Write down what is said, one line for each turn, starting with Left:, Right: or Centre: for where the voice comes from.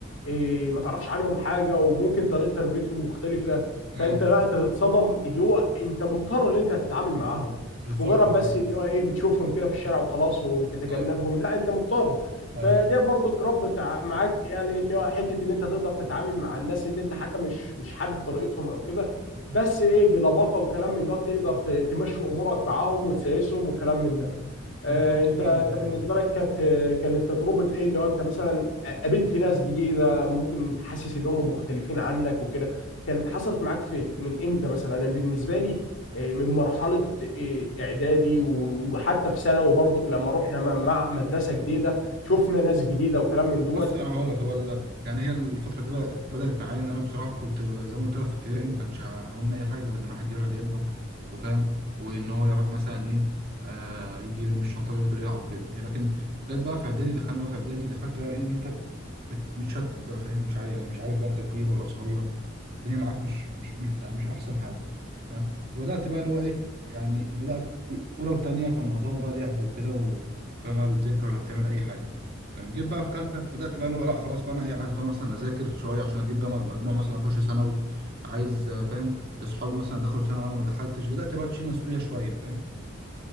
Left: إيه ما تعرفش عنهم حاجه وممكن طريقه تربيتهم مختلفه
Right: امم
Left: فانت بقى تتصدم اللي هو انت مضطر ان انت هتتعامل معاهم
Right: بالظبط
Left: مش مجرد
Right: ده
Left: بس
Right: كده
Left: اللي هو ايه بتشوفهم كده في الشارع وخلاص وتتجنبهم
Right: ايوه
Left: لا انت مضطر
Right: ايوه
Left: فده برضو الرب تع- معاك يعني اللي هو حته ان انت تقدر تتعامل مع الناس اللي انت حتى مش مش حابب طريقتهم او كده بس ايه بلباقه وكلام من ده تقدر ت- تمشي امورك معاهم وتسايسهم وكلام من ده آه،
Right: بالظبط
Left: انت
Right: فعلا
Left: انت
Right: دي حقيقه
Left: بالنسبه لك كانت كانت تجربه ايه اللي هو انت مثلا قابلت ناس جديده ممكن تحسس اللي هم مختلفين عنك وكده كانت حصلت معاك في من امتى مثلا انا بالنسبه لي آه، من مرحله آه، اعدادي و- وحتى في ثانوي برضك لما رحنا مع مع مدرسه جديده شفنا ناس جديده وكلام من دوت
Right: بص انا هقول لك هو ال- يعني هي الفتره دي بقى بدات معايا ان انا بصراحه كنت زي ما قلت لك في ابتدائي ما كانش عاملنا اي حاجه غير ان الواحد يقعد يلعب وفاهم وان هو يقعد مثلا ايه آه يجي يرمي الشنطه ويفضل يلعب وكده لكن جت بقى في اعدادي دخلنا بقى في اعدادي دخلت بقى ايه ان انت مت- متشتت بقى فاهم مش عارف يعني مش عارف بقى انت كبير ولا صغير الدنيا معاك مش مش مش- يعني مش احسن حاجه فاهم وبدات بقى اللي هو ايه يعني بدات اولى وثانيه كانوا معظمهم بقى لعب وكده و- فاهم ولا بتذاكر ولا بتعمل اي حاجه فاهم جيت بقى في ثالثه بدات بقى اللي هو لا خلاص بقى انا ايه عايز بقى مثلا اذاكر شويه عشان اجيب بقى مجموع مثلا اخش ثانوي عايز آه، فاهم اصحابي مثلا دخلوا ثانوي وانا ما دخلتش بدات بقى تشيل مسؤوليه شويه فاهم